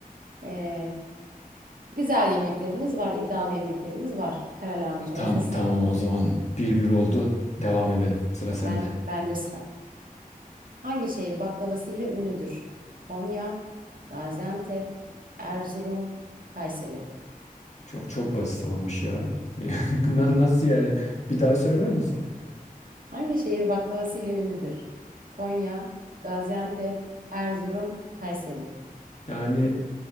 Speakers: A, on the right; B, on the left.
A: e, Güzel yemeklerimiz var, iddialı yemeklerimiz var. Karalahana çorbası.
B: Tam tamam
A: <laughs>
B: o zaman bir bir oldu. Devam edelim. Sıra sende.
A: Ben bende sıra. Hangi şehir baklavasıyla ünlüdür? Konya, Gaziantep, Erzurum, Kayseri.
B: Çok çok basit olmuş ya. <laughs> Na- Nasıl yani? Bir daha söyler misin?
A: Hangi şehir baklavasıyla ünlüdür? Konya, Gaziantep, Erzurum, Kayseri.
B: Yani